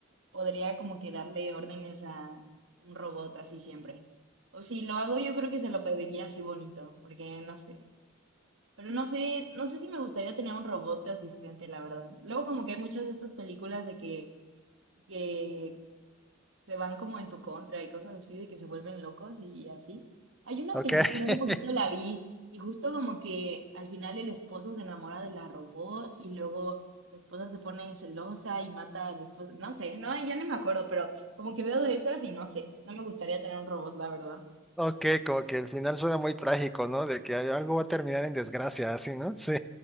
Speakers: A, on the right; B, in the centre.
A: podría como que darle órdenes a un robot así siempre. O si lo hago, yo creo que se lo pediría así bonito, porque no sé. Pero no sé, no sé si me gustaría tener un robot de asistente, la verdad. Luego como que hay muchas de estas películas de que, que se van como en tu contra y cosas así de que se vuelven locos y así. Hay una
B: Ok,
A: película,
B: <laughs>
A: hace poquito la vi y justo como que al final el esposo se enamora de la robot y luego la esposa se pone celosa y mata al esposo, no sé, no, ya no me acuerdo, pero como que veo de esas y no sé, no me gustaría tener un robot, la verdad.
B: ok, como que el final suena muy trágico, ¿no? De que algo va a terminar en desgracia, así, ¿no? Sí,